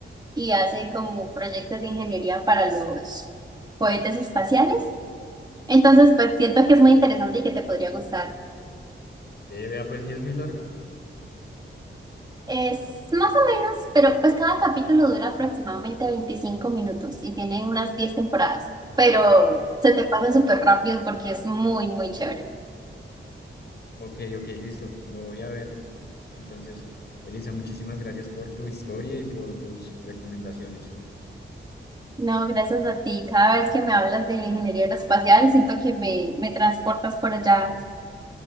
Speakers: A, on the right; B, on the left.
A: y hace como proyectos de ingeniería para los cohetes espaciales. Entonces,
B: Sí.
A: pues siento que es muy interesante y que te podría gustar.
B: Eh, vea, pues, ¿y es muy larga?
A: Es más o menos, pero pues cada capítulo dura aproximadamente 25 minutos y tiene unas 10 temporadas, pero
B: Ok,
A: se te pasa súper rápido porque es muy, muy chévere.
B: ok, ok, listo, lo voy a ver. Entonces, Elisa, muchísimas gracias por tu historia y por tus recomendaciones.
A: No, gracias a ti. Cada vez que me hablas de ingeniería aeroespacial, siento que me, me transportas por allá